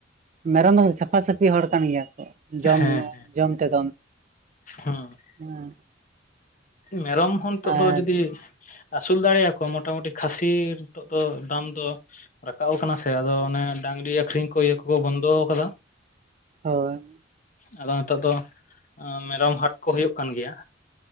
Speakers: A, on the right; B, on the left.
A: ᱢᱮᱨᱚᱢ ᱫᱚ ᱥᱟᱯᱷᱟ ᱥᱟᱯ ᱯᱤ ᱦᱚᱲ ᱠᱟᱱ ᱜᱮᱭᱟ ᱠᱚ ᱡᱚᱢ
B: ᱦᱮᱸ
A: ᱧᱩ ᱡᱚᱢ ᱛᱮᱫᱚ,
B: ᱦᱮᱸ
A: ᱦᱩᱸ᱾
B: ᱢᱮᱨᱚᱢ ᱦᱚᱸ ᱱᱤᱛᱚᱜ
A: ᱟᱨ
B: ᱫᱚ ᱡᱩᱫᱤ ᱟᱹᱥᱩᱞ ᱫᱟᱲᱮᱭᱟ ᱠᱚᱣᱟᱢ ᱢᱚᱴᱟᱢᱩᱴᱤ ᱠᱷᱟᱹᱥᱤ ᱱᱤᱛᱚᱜ ᱫᱚ ᱫᱟᱢ ᱫᱚ ᱨᱟᱠᱟᱵ ᱟᱠᱟᱱᱟ ᱥᱮ ᱟᱫᱚ ᱚᱱᱮ ᱰᱟᱝᱨᱤ ᱟᱠᱷᱨᱤᱧ ᱠᱚ ᱤᱭᱟᱹ ᱠᱚᱠᱚ ᱵᱚᱱᱫᱚ ᱟᱠᱟᱫᱟ᱾
A: ᱦᱳᱭ
B: ᱟᱫᱚ ᱱᱤᱛᱚᱜ ᱫᱚ ᱢᱮᱨᱚᱢ ᱦᱟᱴ ᱠᱚ ᱦᱩᱭᱩᱜ ᱠᱟᱱ ᱜᱮᱭᱟ᱾